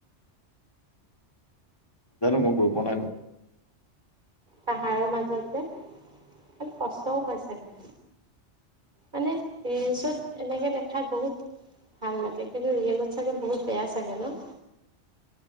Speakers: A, on the left (about 20°); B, on the right (about 45°).
A: জানো মই গৈ পোৱা নাইতো
B: পাহাৰ মাজত যে অ কষ্টও হয় চাগে মানে ৰিলচত এনেকে দেখাত বহুত ভাল লাগে কিন্তু ৰিয়েলত চাগে বহুত বেয়া চাগে ন